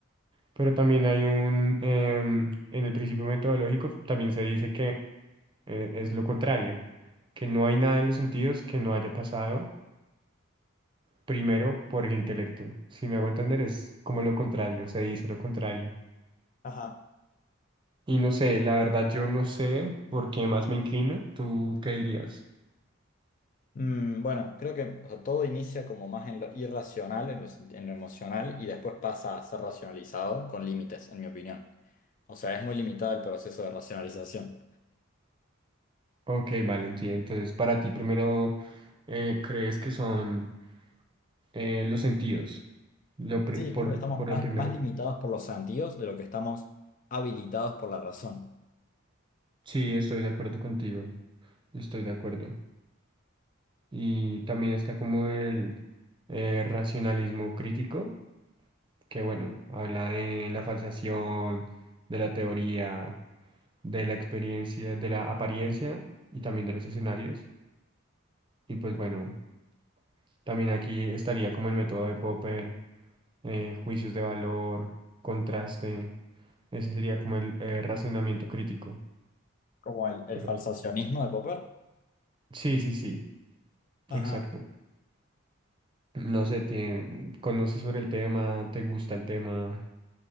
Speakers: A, on the right; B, on the left.
A: pero también hay un, em, en el principio metodológico también se dice que eh, es lo contrario, que no hay nada en los sentidos que no haya pasado primero por el intelecto. Si me hago entender, es como lo contrario, se dice lo contrario.
B: Ajá.
A: Y no sé, la verdad yo no sé por qué más me inclino. ¿Tú qué dirías?
B: Mm, bueno, creo que o sea, todo inicia como más en lo irracional, en lo, sen- en lo emocional, y después pasa a ser racionalizado con límites, en mi opinión. O sea, es muy limitado el proceso de racionalización.
A: Ok, vale, sí. Entonces, para ti primero, eh, ¿crees que son eh, los sentidos? Lo pri-
B: Sí,
A: por,
B: creo que estamos
A: por lo
B: más,
A: primero.
B: más limitados por los sentidos de lo que estamos habilitados por la razón,
A: Sí, estoy de acuerdo contigo. Estoy de acuerdo. Y también está como el eh, racionalismo crítico, que bueno, habla de la falsación, de la teoría, de la experiencia, de la apariencia y también de los escenarios. Y pues bueno, también aquí estaría como el método de Popper eh, juicios de valor, contraste. Ese sería como el eh, razonamiento crítico.
B: como el, el
A: Pero
B: falsacionismo de Popper.
A: sí, sí, sí, exacto.
B: Ajá.
A: No sé, tiene, conoces sobre el tema, te gusta el tema.